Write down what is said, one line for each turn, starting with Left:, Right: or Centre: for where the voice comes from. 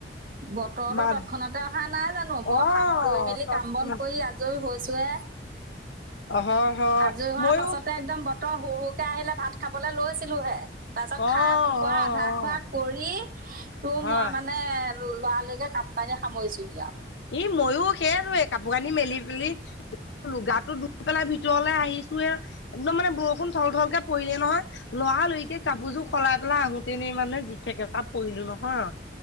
Right: বতৰতো
Left: মাত
Right: তৎক্ষণাতে অহা নাই জানোঁ। মই
Left: অ
Right: খাপ কৰি মেলি
Left: তৎক্ষণাত
Right: কাম বন কৰি আজৰি হৈছোঁহে।
Left: অ' হয়। হয়
Right: আজৰি হোৱাৰ
Left: মইয়ো
Right: পাছতে একদম বতৰ হুৰ-হুৰকে আহিলে ভাত খাবলে লৈছিলোহে। তাৰপিছত
Left: অ
Right: খা খোৱা
Left: অ
Right: আধা
Left: অ
Right: খোৱা কৰি। তোৰ
Left: হয়
Right: মই মানে লৰা-লৰিকে কাপোৰ-কানি সামৰিছোহি আও।
Left: ই মইও সেইটোৱে, কাপোৰ-কানি মেলি পেলি লু গাতো ধুই পেলাই ভিতৰলে আহিছোহে একদম মানে বৰষুণ থল-থলকে পৰিলে নহয়। লৰা-লৰিকে কাপোৰযোৰ সলাই পেলাই আহোতেনে মানে যি <unintelligible> পৰিলো নহয়।